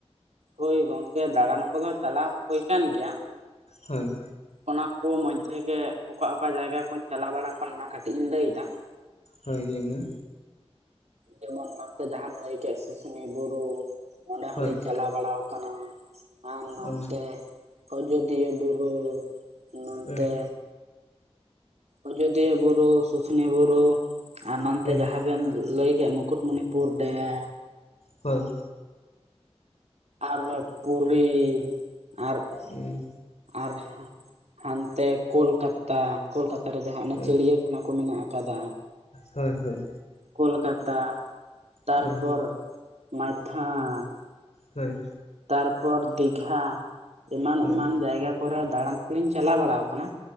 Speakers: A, on the right (about 80°); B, on the left (about 80°).
A: ᱦᱳᱭ ᱜᱚᱝᱠᱮ ᱫᱟᱬᱟᱱ ᱠᱚᱫᱚ ᱪᱟᱞᱟᱜ ᱦᱳ ᱠᱟᱱᱟᱱ ᱜᱮᱭᱟ,
B: ᱦᱳᱭ
A: ᱚᱱᱟ ᱠᱚ ᱢᱚᱫᱽᱫᱷᱮ ᱜᱮ ᱚᱠᱟ ᱚᱠᱟ ᱡᱟᱭᱜᱟ ᱠᱩᱧ ᱪᱟᱞᱟᱣ ᱵᱟᱲᱟ ᱟᱠᱟᱱᱟ ᱚᱱᱟ ᱠᱟᱹᱴᱤᱡ ᱤᱧ ᱞᱟᱹᱭ ᱮᱫᱟ᱾
B: ᱦᱳᱭ ᱞᱟᱹᱭ ᱢᱮ᱾
A: ᱡᱮᱢᱚᱱ ᱢᱮᱱᱛᱮ ᱡᱟᱦᱟᱢ ᱞᱟᱹᱭ ᱠᱮᱫ ᱥᱩᱥᱩᱱᱤ ᱵᱩᱨᱩ ᱚᱸᱰᱮ
B: ᱦᱳᱭ
A: ᱦᱚᱞᱤᱧ ᱪᱟᱞᱟᱣ ᱵᱟᱲᱟ ᱟᱠᱟᱱᱟ ᱟᱨ ᱱᱟᱛᱮ
B: ᱚ
A: ᱟᱡᱚᱫᱤᱭᱟᱹ ᱵᱩᱨᱩ ᱚᱱᱟ
B: ᱦᱩᱸ
A: ᱛᱮ ᱟᱡᱚᱫᱤᱭᱟᱹ ᱵᱩᱨᱩ, ᱥᱩᱥᱱᱤ ᱵᱩᱨᱩ ᱟᱨ ᱱᱚᱱᱛᱮ
B: ᱦᱩᱸ
A: ᱡᱟᱦᱟᱸ ᱵᱮᱱ ᱞᱟᱹᱭ ᱠᱮᱫ ᱢᱩᱠᱩᱴᱢᱩᱱᱤᱯᱩᱨ ᱰᱮᱢ,
B: ᱦᱳᱭ
A: ᱟᱨ ᱯᱩᱨᱤ ᱟᱨ
B: ᱦᱩᱸ
A: ᱟᱨ ᱦᱟᱱᱛᱮ ᱠᱳᱞᱠᱟᱛᱟ ᱠᱳᱞᱠᱟᱛᱟ ᱨᱮ ᱡᱟᱦᱟᱸ ᱚᱱᱟ
B: ᱦᱩᱸ
A: ᱪᱤᱲᱤᱭᱟᱹ ᱠᱚ ᱢᱮᱱᱟᱜ ᱟᱠᱟᱫᱟ᱾
B: ᱦᱳᱭ ᱦᱳᱭ
A: ᱠᱳᱞᱠᱟᱛᱟ ᱛᱟᱨᱯᱚᱨ
B: ᱦᱳᱭ ᱦᱩᱸ
A: ᱢᱟᱭᱛᱷᱟᱱ
B: ᱦᱳᱭ
A: ᱛᱟᱨᱯᱚᱨ ᱫᱤᱜᱷᱟ ᱮᱢᱟᱱ
B: ᱦᱩᱸ
A: ᱮᱢᱟᱱ ᱡᱟᱭᱜᱟ ᱠᱚᱨᱮ ᱫᱟᱬᱟᱱ ᱠᱚᱞᱤᱧ ᱪᱟᱞᱟᱣ ᱵᱟᱲᱟ ᱟᱠᱟᱱᱟ